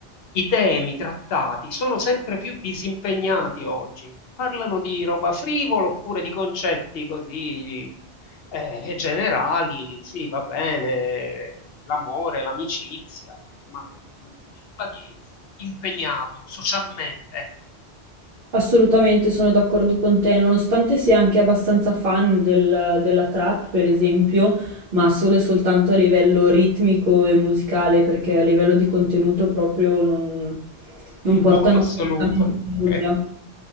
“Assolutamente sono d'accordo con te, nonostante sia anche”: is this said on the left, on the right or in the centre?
Right